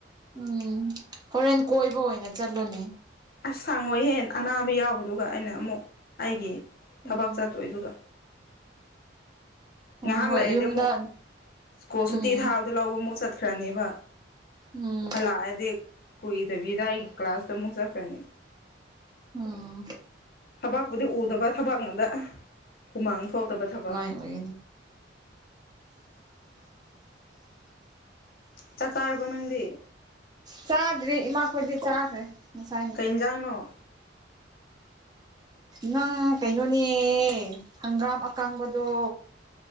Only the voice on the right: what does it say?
ꯎꯝ ꯍꯣꯔꯦꯟ ꯀꯣꯏꯕ ꯑꯣꯏꯅ ꯆꯠꯂꯨꯅꯦ
ꯎꯝ
ꯍꯣꯏ
ꯍꯣꯏ
ꯌꯨꯝꯗ
ꯎꯝ
ꯎꯝ
ꯑꯎꯝ
ꯑꯣꯏꯔꯅꯤ
ꯆꯥꯗ꯭ꯔꯤ ꯏꯃꯥꯈꯣꯏꯗꯤ ꯆꯥꯈ꯭ꯔꯦ ꯉꯁꯥꯏ
ꯅꯪ ꯀꯩꯅꯣꯅꯦ ꯍꯪꯒꯥꯝ ꯑꯀꯡꯕꯗꯣ